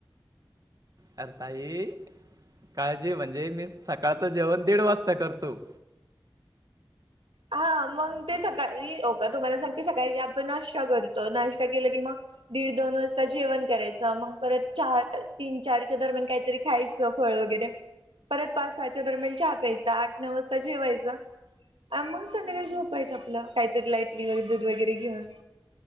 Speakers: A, on the right; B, on the right.
A: अरे ताई काळजी म्हणजे मी सकाळचं जेवण दीड वाजता करतो.
B: हा मग ते सकाळी का तुम्हाला सांगते सकाळी आपण अशा करू <unintelligible> नाश्ता केला की मग दीड दोन वाजता जेवण करायच मग परत चार तीन चारच्या दरम्यान काहीतरी खायच. फळ वगैरे परत पाच सहाच्या दरम्यान चहा प्यायचं आठ नऊ वाजता जेवायच. अ मग संध्याकाळी झोपायचं आपलं काहीतरी लाईटली दूध वगैरे घेऊन.